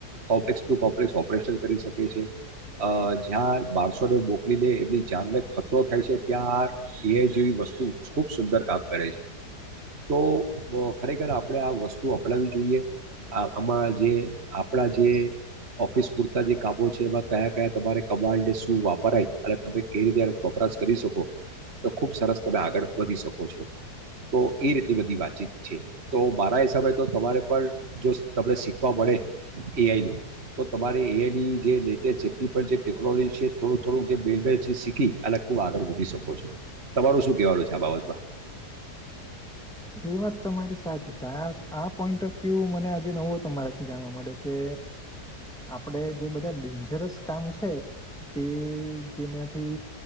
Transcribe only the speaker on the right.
complex to complex operation કરી શકે છે. જ્યાં માણસો ને મોકલી લે એમની જાનને ખતરો થાય છે. ત્યાં એઆઈ જેવી વસ્તુ ખૂબ સુંદર કામ કરે છે, તો ખરેખર આપણે આ વસ્તુ અપનાવી જોઈએ. આ આમાં જે આપણા જે ઓફિસ પૂરતા જે કામો છે, એમાં કયા કયા તમારે કબાટ ને શું વાપરાય અને તમે કઈ રીતે વપરાશ કરી શકો. તો ખૂબ સરસ તમે આગળ વધી શકો છો તો ઈ રીતે બધી વાતચીત છે, તો મારા હિસાબે તો તમારે પણ જો તમને શીખવા મળે એઆઈનું તો તમારે એઆઈની જે લેટેસ્ટ જેટલી પણ જે ટેકનોલોજી છે થોડું થોડું જે <unintelligible> છે શીખી અને ખૂબ આગળ વધૂ વધી શકો છો. તમારું શું કહેવાનું છે, આ બાબતમાં?